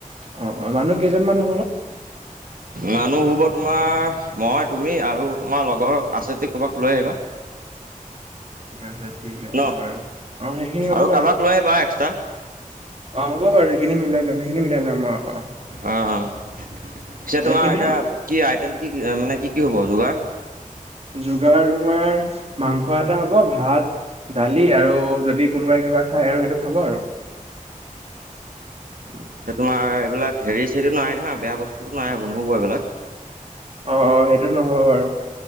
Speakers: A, on the right; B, on the right.
A: অ অ মানুহ কেইজন মানু
B: মানুহ হ'বত তোমাৰ মই তুমি আৰু তোমাৰ লগৰ আছে যে কৰ'ৰবাক লৈ আহিবা।
A: ঠিক আছে ঠিক আছে
B: ন
A: বাৰু অ সেইখিনি হ'ব
B: আৰু
A: বাৰু।
B: কাৰোবাক লৈ আহিবা এক্সট্ৰা
A: অ হ'ব বাৰু সেইখিনি মিলাই লম সেইখিনি মিলাই লম অ অ।
B: অ অ পিছে
A: এনে
B: তোমাৰ
A: কেতিয়া
B: এতিয়া কি আইটেমটো কি কি মানে কি কি হ'ব? যোগান
A: যোগাৰ তোমাৰ মাংস এটা হব ভাত, দালি আৰু যদি কোনোবাই কিবা খাই আৰু সেইটো খাব আৰু উ
B: তোমাৰ এইবিলাক হেৰি চেৰিটো নাই ন হা বেয়া বস্তুটো নাইব নহুব এইবিলাক
A: অ অ সেইটো নহয় আৰু